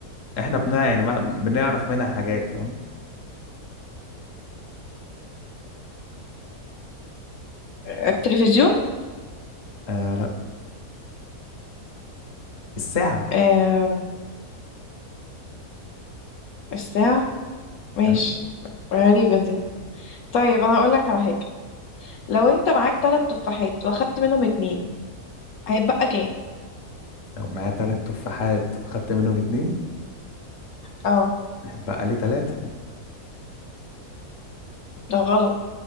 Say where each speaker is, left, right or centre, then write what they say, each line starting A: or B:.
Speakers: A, on the left; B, on the left.
A: احنا بنا يعني ما بنعرف منها حاجات فاهم
B: التلفزيون
A: آه لا الساعة
B: آه. الساعة ماشي
A: آه،
B: غريبة دي طيب انا هقول لك على حاجة لو انت معاك ثلاث تفاحات واخدت منهم اتنين هيتبقى كام
A: لو معايا تلات تفاحات وخدت منهم اتنين
B: اه
A: بقى لي ثلاثة
B: ده غلط